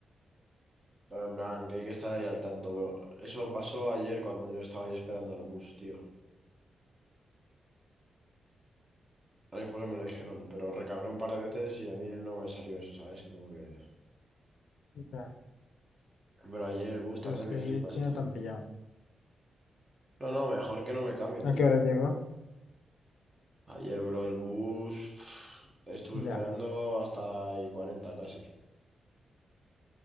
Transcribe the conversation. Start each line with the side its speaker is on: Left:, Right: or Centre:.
Right: Pero en plan, que hay que estar ahí al tanto, bro. Eso pasó ayer cuando yo estaba ahí esperando al bus, tío. Ahí fue que me lo dijeron, pero recargué un par de veces y a mí no me salió eso, ¿sabes? Como que...
Left: ya.
Right: Pero ayer el bus tardó
Left: Entonces,
Right: que
Left: que
Right: flipas,
Left: tiene
Right: tío.
Left: tan pillado?
Right: No, no, mejor que no me cambien,
Left: ¿A
Right: tío.
Left: qué hora llegó?
Right: Ayer, bro, el bus... <sniffs> Estuve
Left: Ya.
Right: esperando hasta ahí 40 casi.